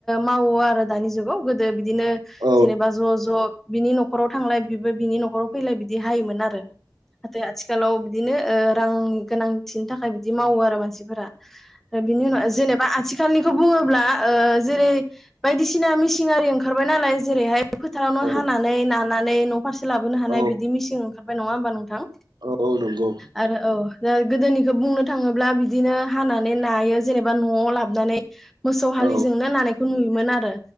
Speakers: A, in the centre; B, on the right (about 80°).
A: मावो आरो दानि जुगाव गोदो बिदि बिदिनो
B: औ
A: जेनेबा ज' ज' बिनि न'खर न'खराव थांलाय बिबो बिनि न'खराव फैलाय बिदि हायोमोन आरो नाथाय आथिखालाव बिदिनो रां गोनांथिनि थाखाय बिदि मावो आरो मानसिफोरा बिनि उनाव जेनेबा आथिखालनिखौ बुङोब्ला जेरै बायदिसिना मिसिन आरि ओंखारबाय नालाय जेरैहाय फोथारावनो
B: औ
A: हानानै नानानै नख फारसे लाबोनो हानाय
B: औ
A: बिदि मिसिं ओंखारबाय नङा होमबा नोंथां?
B: औ औ नंगौ
A: आरो औ दा गोदोनिखौ बुंनो थाङोब्ला बिदिनो हानानै नायो जेनेबा न'आव लाबोनानै मोसौ हालिजोंनो
B: औ
A: नानायखौ नुयोमोन आरो